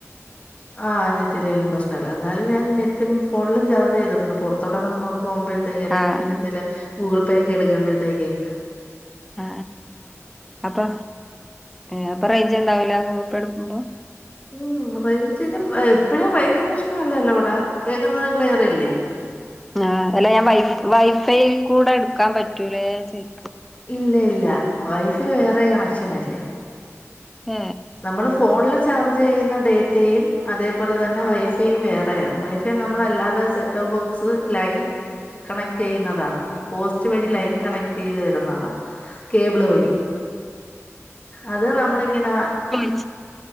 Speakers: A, on the left; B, in the centre.
A: ആ നെറ്റിലെലും പ്രശ്നല്ല അന്നാലും ഞാൻ നെ റ്റും ഫോണില് ചാർജ്ചെയ്തിട്ടണ്ട് പുറത്തോട്ടൊക്കെ നമുക്ക് പോകുമ്പോഴത്തേക്ക് അല്ലെങ്ക
B: ആഹ്
A: പിന്നെ എന്തെല് ഗൂഗിൾ പേ എടുക്കുമ്പഴത്തെക്കെ
B: ആ അപ്പൊ ആ അപ്പ റേൻജ് ഉണ്ടാവൂല ഫോട്ടോടു എന്തോ
A: ഉം റേഞ്ചിന് ഇപ്പോ റേഞ്ച് പ്രശ്നല്ലല്ലോ എവിടെ കേൾക്കുന്നത് ക്ലിയർ അല്ലേ
B: ആ അല്ല ഞാൻ വൈ വൈഫൈൽ കൂടെ എടുക്കാൻ പറ്റൂലേ ചോയ്ക
A: ഇല്ല ഇല്ല വൈഫൈ വേറെ കണക്ഷന അല്ലേ
B: ഏ
A: നമ്മള് ഫോണിൽ ചാർജ് ചെയ്യുന്ന ഡേറ്റയും അതേപോലെ തന്നെ വൈഫൈയും വേറൊണ് വൈഫൈ നമ്മളല്ലാതെ set of box line connect ചെയ്യുന്നതാണ് പോസ്റ്റ് വഴി ലൈൻ
B: ആഹ്
A: കണക്ട് ചെയ്ത് വരുന്നതാണ് കേബിള് വഴി
B: ആഹ്
A: അത് നമ്മളിങ്ങനെ
B: മം